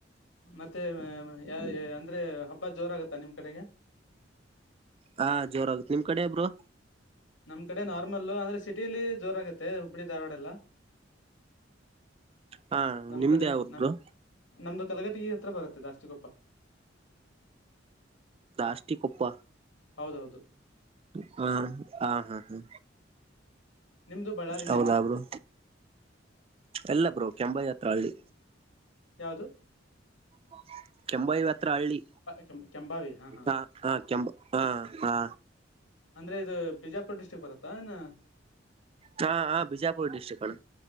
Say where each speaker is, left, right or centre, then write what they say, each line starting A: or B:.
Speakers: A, on the left; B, on the right.
A: ಮತ್ತೆ ಯ ಅಂದ್ರೆ ಹಬ್ಬ ಜೋರಗತ್ತಾ ನಿಮ್ ಕಡೆಗೆ
B: ಹಾ ಜೋರ ಆಗುತ್ತೆ ನಿಮ್ ಕಡೆ ಇಬ್ರು
A: ನಮ್ ಕಡೆ ನಾರ್ಮಲ್ಲ ಅಂದ್ರೆ ಸಿಟಿಲಿ ಜೋರಾಗತ್ತೆ ಹುಬ್ಳಿ ಧಾರವಾಡ ಎಲ್ಲ
B: ಹಾ
A: ನಮ್
B: ನಿಮ್ದೇ
A: ಕಡೆ
B: ಯಾವೂರ್
A: ನಮ
B: ಬ್ರೋ
A: ನಮ್ದು ಕಲಗಟಿಗೆ ಹತ್ರ ಬರುತ್ತೆ ಜಾಸ್ತಿ ಚಚ್ಚು ಕೊಪ್ಪ
B: ದಾಸ್ಟಿ ಕೊಪ್ಪ
A: ಹೌದೌದು
B: ಹಾ ಹಾ ಹಾ ಹಾ
A: ನಿಮ್ದು ಬಳ್ಳಾರಿನ್ಯೇನಾ
B: ಹೌದಾ ಬ್ರೋ ಎಲ್ಲ ಬ್ರೋ ಕೆಂಬ ಜಾತ್ರ ಹಳ್ಳಿ
A: ಯಾವದು
B: ಹ ಕೆಂಬಾಯವ ಅತ್ರ ಹಳ್ಳಿ
A: ಕೆಂ ಕೆಂಬಾವಿ ಹಾ
B: ಹ ಹಾ ಕೆ ಹಾ ಹಾ
A: ಅಂದ್ರೆ ಇದು ಬಿಜಾಪುರ್ ಡಿಸ್ಟ್ರಿಕ್ ಬರುತ್ತಾ ಇನ್ನ
B: ಹಾ ಹಾ ಬಿಜಾಪುರ ಡಿಸ್ಟ್ರಿಕ್ಣ